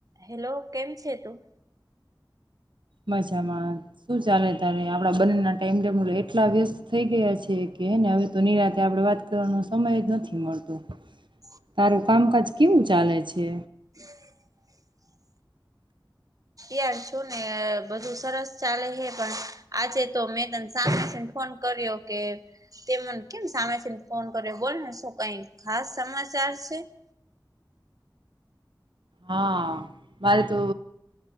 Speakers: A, on the right (about 45°); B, on the right (about 80°).
A: હેલો કેમ છે તું
B: મજામાં શું ચાલે તારે આપડા બંને ના ટાઈમ એટલા વ્યસ્ત થઈ ગયા છે કે હે ને હવે તો નિરાતે આપણેે વાત કરવાનો સમય જ નથી મળતો.
A: <inaudible>
B: તારું કામકાજ કેવું ચાલે છે?
A: <inaudible> યાર છું ને બધું સરસ ચાલે હે પણ આજે તો મે તને <unintelligible> ફોન ફોન કર્યો કે તે મને કેમ સામેથી ને ફોન કર્યો બોલે ને શું કઈ ખાસ સમાચાર છે <inaudible>
B: હા મારે તો